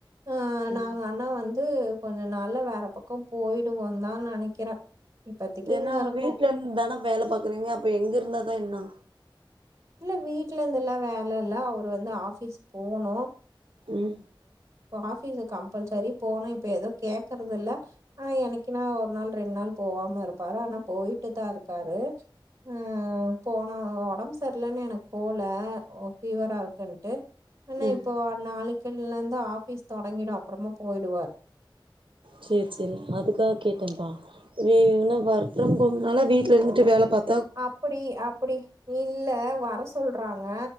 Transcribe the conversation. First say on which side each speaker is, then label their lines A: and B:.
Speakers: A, on the right (about 35°); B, on the right (about 80°).
A: ஆ
B: ம்
A: நாங்க ஆனா வந் து கொஞ்சோ நாள்ல வேற பக்கோ போயிடுவோந்தா நெனைக்கிறே இப்பதைக்கி
B: ஏன்னா
A: இங்க இருக்கோ
B: வீட்ல இருந்து தான வேல பாக்குறீங்க அப்ப எங்க இருந்தாதா என்னா
A: இல்ல வீட்லருந்தல்லா வேலல்ல அவரு வந்து ஆஃபிஸ் போணூ
B: ம்
A: ஆஃபீஸ் கம்பல்சரி போணூ இப்ப ஏதோ கேக்குறதில்ல ஆனா என்னைக்குன்னா ஒரு நாள் ரெண்டு நாள் போவாம இருப்பாரு ஆனா போயிட்டு தா இருக்காரு ம் போன ஒடம்ப் ஸ் சர்லன்னு எனக்கு போல ஒ ஃபீவரா இருக்குன்ட்டு ஆனா
B: ம்
A: இப்போ நாளைக் கில்லேந்து ஆஓபீஸ் தொடங்கிடூ அப்றமா போய்டுவார்
B: சேர் செரி அதுக்காக கேட்டேம்ப்பா நீ என்ன வர்க் ஃப்ரம் ஹோம்னால வீட்லருந்துட்டு வேல பாத்
A: அப்டி அப்டி இல்ல வரஸ் சொல்றா ங்க